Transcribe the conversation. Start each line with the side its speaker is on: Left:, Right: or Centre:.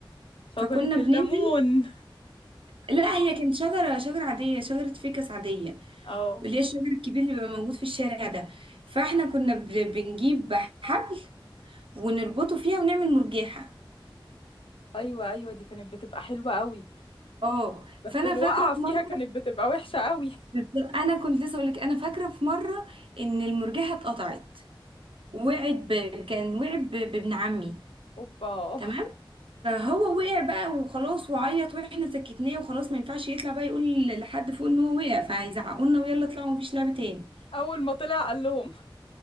Left: شجرة
Right: فكنا
Left: الليمون
Right: بننزل لا هي كانت شجرة شجرة عادية شجرة فيكس عادية
Left: اه
Right: اللي هي الشجر الكبير اللي بيبقى موجود في الشارع ده فاحنا كنا ب- بنجيب حبل ونربطه فيها ونعمل مرجيحة
Left: ايوه ايوه دي كانت بتبقى حلوة قوي
Right: اه
Left: بس
Right: فانا
Left: الوقعة
Right: فاكرة
Left: فيها
Right: في مرة
Left: كانت بتبقى وحشة قوي
Right: بالظبط- انا كنت لسه اقول لك انا فاكرة في مرة ان المرجيحة اتقطعت وقعت ب... كان وقع ب... بابن عمي
Left: اوبا
Right: تمام فهو وقع بقى وخلاص وعيط واحنا سكتناه وخلاص ما ينفعش يطلع بقى يقول لحد فوق ان هو وقع فهيزعقوا لنا ويلا اطلعوا مفيش لعب تاني
Left: اول ما طلع قال لهم